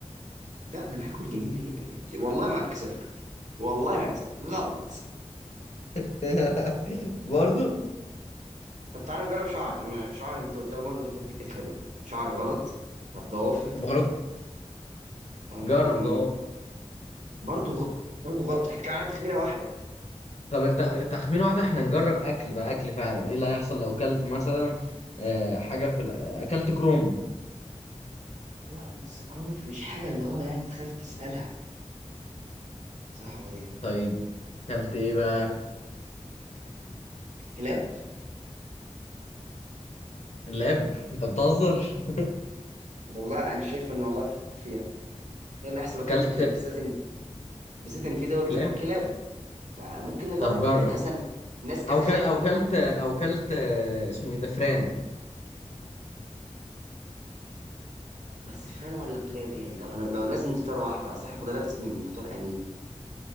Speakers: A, on the right; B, on the left.
A: لا ما انا هاكل جنين ليه والله ما هكسفك والله ما هكسفك غلط
B: <laughs> برضو
A: طب تعالى نجرب شعر انا شعر انت قلت المره اللي فاتت دي كانت حلوه شعر غلط طب ضوافر طيب
B: برضو
A: آه...
B: جرب ده
A: برضه غ... برضه غلط احنا كان عندنا تخمينه واحده
B: طب انت تخمين واحدة احنا نجرب اكل بقى اكل فعلا ايه اللي هيحصل لو اكلت مثلا آه، حاجة في ال- اكلت كرومب
A: لا بس كرنب مش حاجه اللي هو يعني تخاف تسالها صعبه دي
B: طيب اكلت ايه بقى
A: كلاب
B: لاب <laughs> انت بتهزر <laughs>
A: والله انا شايف ان والله فكر فيها ايه اللي احسن
B: اكلت
A: لو اكلت كلاب بالذات ان بالذات ان في دول بتاكل
B: كلاب
A: كلاب فممكن نجرب
B: طب جرب
A: يعني مثلا الناس كانت
B: او
A: خايفه
B: ك... او
A: تاكل
B: كلت
A: كلاب
B: او كلت آه، اسمه ايه ده فران
A: بس فران ولا كلاب يعني لو هن... لو لازم نختار واحده اصل احنا فضلنا تسمين نختار اني